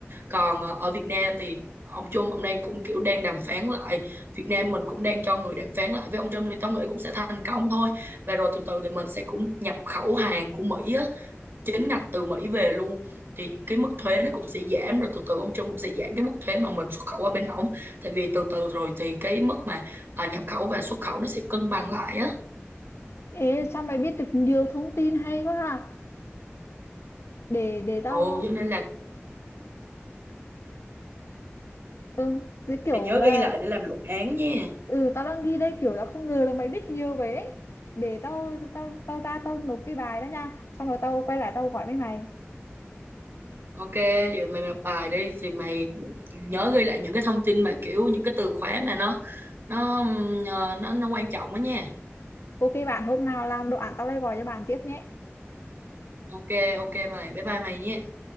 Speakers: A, on the right (about 55°); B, on the left (about 70°).
A: còn ờ, ở Việt Nam thì ông Trump ông đang cũng kiểu đang đàm phán lại Việt Nam mình cũng đang cho người đàm phán lại với ông Trump thì tao nghĩ cũng sẽ thành công thôi và rồi từ từ thì mình sẽ cũng nhập khẩu hàng của Mỹ á, chính ngạch từ Mỹ về luôn thì cái mức thuế nó cũng sẽ giảm rồi từ từ ông Trump cũng sẽ giảm cái mức thuế mà mình xuất khẩu qua bên ổng tại vì từ từ rồi thì cái mức mà ờ, nhập khẩu và xuất khẩu nó sẽ cân bằng lại á
B: Ê sao mày biết được nhiều thông tin hay quá ha. Để để tao
A: ồ cho nên là
B: ừ, cái kiểu
A: mày nhớ
B: là
A: ghi lại để làm luận án nha
B: ừ tao đang thi đây kiểu tao không ngờ là mày biết nhiều vậy ấy. Để tao tao tao ra tao nộp cái bài đó nha. Xong rồi tao quay lại tao gọi với mày.
A: Ok, giờ mày đọc bài đi thì mày nhớ ghi lại những cái thông tin mà kiểu những cái từ khóa mà nó nó ừm, ờ, nó nó quan trọng đó nha.
B: Ok bạn hôm nào làm đồ án tao lại gọi cho bạn tiếp nhé.
A: Ok, ok mày. Bye bye mày nha.